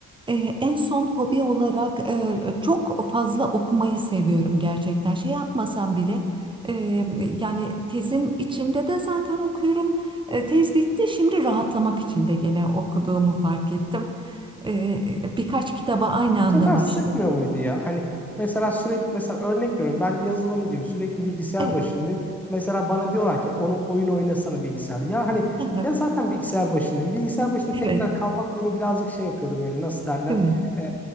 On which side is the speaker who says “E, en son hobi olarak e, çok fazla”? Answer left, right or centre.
Right